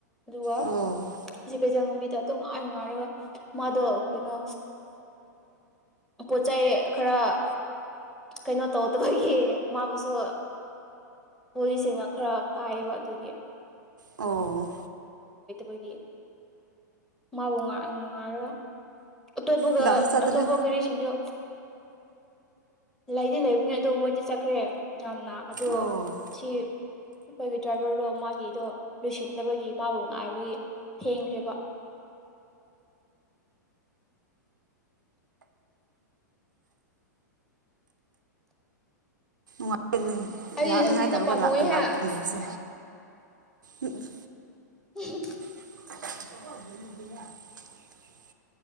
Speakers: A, in the centre; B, on the right.
A: ꯑꯗꯨꯒ
B: ꯑꯣ
A: ꯁꯤ ꯀꯩ꯫ ꯏꯖꯜ ꯂꯝꯕꯤꯗꯣ ꯑꯗꯨꯝ ꯉꯥꯏꯉꯥꯏꯔꯒ ꯃꯥꯗꯣ ꯀꯩꯅꯣ ꯄꯣꯠ ꯆꯩ ꯈꯔ ꯀꯩꯅꯣ ꯇꯧꯗꯕꯒꯤ ꯃꯥꯕꯨꯁꯨ ꯄꯨꯂꯤꯁꯁꯤꯡꯅ ꯈꯔ ꯐꯥꯏꯌꯦꯕ ꯑꯗꯨꯒꯤ
B: ꯑꯣ
A: ꯕꯒꯤ ꯃꯥꯕꯨ ꯉ ꯉꯉꯥꯏꯔ ꯑꯇꯣꯞꯄꯒ
B: ꯂꯥꯛꯁꯨ ꯆꯠꯇ꯭ꯔꯦ
A: ꯑꯇꯣꯞꯄ ꯒꯥꯔꯤꯁꯤꯡꯁꯨ <inaudible> ꯂꯩꯗꯤ ꯂꯩꯕꯅꯦ ꯑꯗꯣ ꯃꯣꯏꯗꯤ ꯆꯠꯈ꯭ꯔꯦ ꯉꯟꯅ ꯑꯗꯣ
B: ꯑꯣ
A: ꯁꯤ ꯑꯩꯈꯣꯏꯒꯤ ꯗ꯭ꯔꯥꯏꯚꯔꯗꯣ ꯃꯥꯒꯤꯗꯣ ꯂꯣꯏꯁꯤꯟ ꯠꯇꯕꯒꯤ ꯃꯥꯕꯨ ꯉꯥꯏꯕꯒꯤ ꯊꯦꯡꯈ꯭ꯔꯦꯕ
B: ꯋꯥ ꯍꯦꯟꯅ
A: ꯑꯩ
B: ꯂꯥꯛꯅꯤꯉꯥꯏ
A: ꯍꯪꯖꯤꯛꯅ
B: ꯇꯧꯔꯒ
A: ꯄꯥꯝꯃꯨꯏꯍꯦ
B: ꯂꯥꯛꯄ ꯐꯪꯗꯕꯁꯦ ꯎꯝ
A: ꯎ
B: <inaudible>